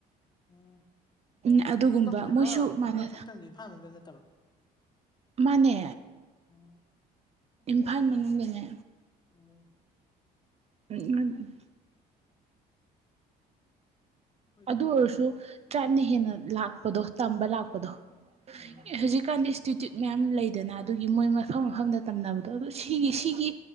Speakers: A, on the left (about 25°); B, on the right (about 40°).
A: ꯎꯝ
B: ꯎ ꯑꯗꯨꯒꯨꯝꯕ
A: ꯅꯪ ꯇꯝꯃꯤꯁꯦ
B: ꯃꯣꯏꯁꯨ
A: ꯈꯔ
B: ꯃꯥꯅꯦ
A: ꯅꯪ ꯇꯝꯃꯤꯁꯦ ꯏꯝꯐꯥꯜ ꯃꯅꯨꯡꯗ ꯅꯠꯇꯕ꯭ꯔꯥ
B: ꯃꯥꯅꯦ
A: ꯑꯣ
B: ꯏꯝꯐꯥꯜ ꯃꯅꯨꯡꯗꯅꯦ
A: ꯎꯝ
B: ꯎꯝ
A: ꯍꯣꯏꯗ
B: ꯑꯗꯨ ꯑꯣꯏꯔꯁꯨ ꯇ꯭ꯔꯠꯅ ꯍꯦꯟꯅ ꯂꯥꯛꯄꯗꯣ ꯇꯝꯕ ꯂꯥꯛꯄꯗꯣ
A: ꯎꯝ
B: ꯍꯧꯖꯤꯛ ꯀꯥꯟꯗ ꯏꯟꯁꯇꯤꯇ꯭ꯌꯨꯠ ꯃꯌꯥꯝ ꯂꯩꯗꯅ ꯑꯗꯨꯒꯤ ꯃꯣꯏ ꯃꯐꯝ ꯃꯐꯝꯗ ꯇꯝꯅꯕꯗꯣ ꯑꯗꯨ ꯁꯤꯒꯤ ꯁꯤꯒꯤ